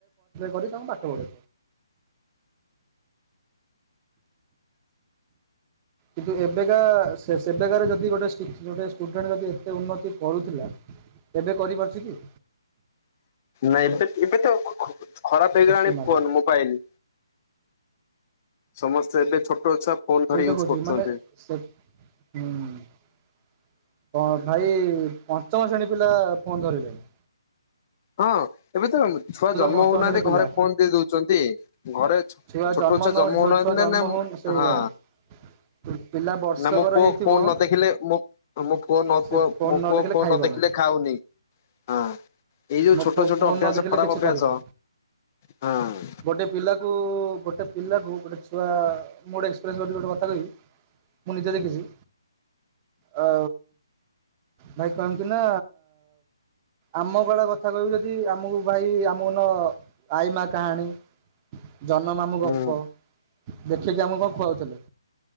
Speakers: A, on the right (about 20°); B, on the left (about 30°).
A: ତାଙ୍କୁ ପାଠ ପଢୁ। କିନ୍ତୁ ଏବେକା ସେବେକାର ଯଦି ଗୋଟେ ଗୋଟେ ଷ୍ଟୁଡେଣ୍ଟ ଯଦି ଏତେ ଉନ୍ନତି କରୁଥିଲା ଏବେ କରିପାରୁଛି କି?
B: ନାଁ ଏବେ ଏବେ ତ ଖରାପ ହେଇଗଲାଣି
A: କୋଶ୍ଚିନ୍ ମାର୍କ
B: ଫୋନ
A: ଅଛି
B: ମୋବାଇଲ। ସମସ୍ତେ ଏବେ ଛୋଟଛା ଫୋନ
A: ସେଇ
B: ଧରି
A: ତ
B: ୟୁଜ
A: କହୁଛି
B: କରୁଛନ୍ତି।
A: ମାନେ ସେ ହୁଁ ଭାଇ ପଞ୍ଚମ ଶ୍ରେଣୀ ପିଲା ଫୋନ୍ ଧରିଲେଣିି।
B: ହଁ ଏବେ ତ ଛୁଆ ଜନ୍ମ
A: ପଞ୍ଚମ
B: ହଉନାହାନ୍ତି
A: ଶ୍ରେଣୀ ପିଲା
B: ଘରେ ଫୋନ୍ ଦେଇ ଦଉଛନ୍ତି ଘରେ ଛୋ-
A: ଛୁଆ
B: ଛୋଟ
A: ଜନ୍ମ ନହ
B: ହଉନାହାନ୍ତି
A: ଛୁଆ ଜନ୍ମ
B: ନା ନା ମୁଁ-
A: ହଉନି ସେ
B: ହଁ
A: ପିଲା ବର୍ଷକର
B: ନା ମୋ ପୁଅ
A: ହେଇଥିବ।
B: ଫୋନ ନ ଦେଖିଲେ ମୋ ମୋ ପୁଅ ନ
A: ସେ
B: ପୁଅ
A: ଫୋନ୍
B: ମୋ ପୁଅ
A: ଦେଖିଲେ
B: କୁଅ
A: ଖାଇବନି।
B: ନ ଦେଖିଲେ ଖାଉନି ହଁ। ଏଇ ଯୋଉ
A: ଫୋନ
B: ଛୋଟ ଛୋଟ ଅଭ୍ୟାସ
A: ନ ଦେଖିଲେ
B: ଖରାପ
A: କିଛି
B: ଅଭ୍ୟାସ
A: କରିବ
B: ହଁ
A: ଗୋଟେ ପିଲାକୁ ଗୋଟେ ପିଲାକୁ ଗୋଟେ ଛୁଆ ମୋର ଏକ୍ସପିରିଏନ୍ସ କରିକି ଗୋଟେ କଥା କହିବି ମୁଁ ନିଜେ ଦେଖିଛି। ଆ ଭାଇ କମତି ନା ଆମ କୁଡା କଥା। କଥା କହୁ ଯଦି ଆମକୁ ଭାଇ ଆମ ନ ଆଇ ମା କାହାଣୀ। ଜନ ନାମ
B: ହୁଁ
A: ଗପ ଦେଖିକି ଆମକୁ କଣ ଖୁଆଉଥିଲେ?